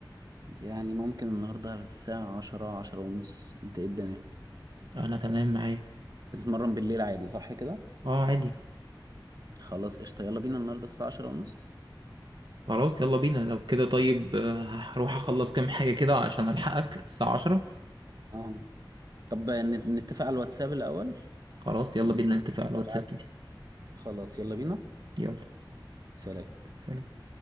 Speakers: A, on the right; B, on the right.
A: يعني ممكن النهاردة على الساعة عشرة عشرة ونص انت ايه الدنيا
B: انا تمام معايا
A: بتتمرن بالليل عادي صح كده
B: اه عادي
A: خلاص قشطة يلا بينا النهاردة الساعة عشرة ونص
B: خلاص يلا بينا لو كده طيب آه، هروح اخلص كام حاجة كده عشان الحقك الساعة عشرة
A: اه طب ن- نتفق على الواتساب الأول
B: خلاص يلا
A: يعني
B: بينا نتفق على الواتساب
A: ابعت-
B: دي
A: خلاص يلا بينا
B: يلا
A: سلام
B: سلام